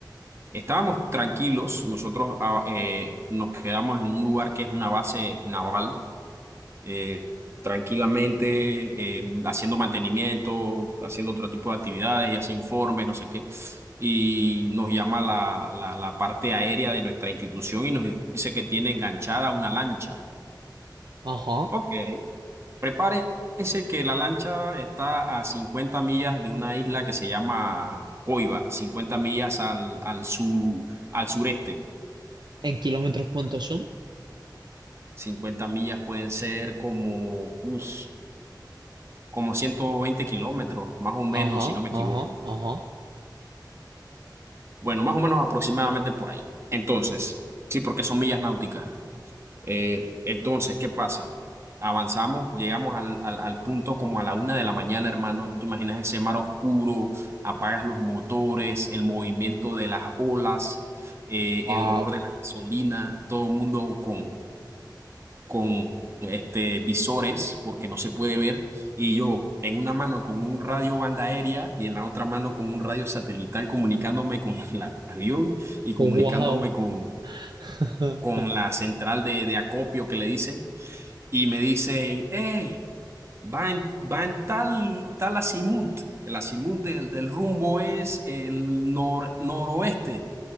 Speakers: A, on the right; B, on the right.
A: estábamos tranquilos, nosotros ah, eh, nos quedamos en un lugar que es una base naval eh, tranquilamente, eh, haciendo mantenimiento, haciendo otro tipo de actividades y hace informes, no sé qué. Y nos llama la, la, la parte aérea de nuestra institución y nos dice que tiene enganchada una lancha.
B: Ajá.
A: Ok. Prepárense que la lancha está a 50 millas de una isla que se llama Coiba, 50 millas al, al, sur, al sureste.
B: ¿En kilómetros cuántos son?
A: cincuenta millas pueden ser como... uff, como 120 kilómetros, más o menos,
B: Ajá,
A: si no me
B: ajá,
A: equivoco.
B: ajá.
A: Bueno, más o menos aproximadamente por ahí. Entonces, sí, porque son millas náuticas. Eh, entonces, ¿qué pasa? Avanzamos, llegamos al, al, al punto como a la una de la mañana, hermano. Tú te imaginas ese mar oscuro, apagas los motores, el movimiento de las olas, eh,
B: Wow,
A: el olor de la gasolina, todo el mundo con, con este, visores porque no se puede ver y yo en una mano con un radio banda aérea y en la otra mano con un radio satelital comunicándome con <laughs> el avión y comunicándome
B: wow.
A: con,
B: <laughs>
A: con la central de, de acopio que le dicen y me dicen, hey, va en, va en tal, tal azimut. El azimut del, del rumbo es el nor, noroeste.